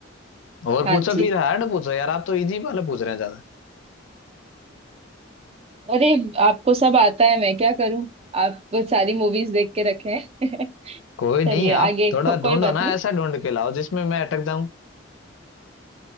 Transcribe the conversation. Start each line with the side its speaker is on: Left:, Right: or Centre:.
Left: और
Right: हाँ
Left: पूछो
Right: जी
Left: फिर हार्ड पूछो यार आप तो इजी वाले पूछ रहे हैं ज्यादा
Right: अरे आपको सब आता है मैं क्या करूं आप वो सारी मूवीज देख के रखे हैं <laughs>
Left: कोई नहीं
Right: चलिए
Left: आप
Right: आगे
Left: थोड़ा
Right: को, कोई
Left: ढूंढो
Right: बात
Left: ना
Right: नहीं
Left: ऐसा ढूंढ के लाओ जिसमें मैं अटक जाऊं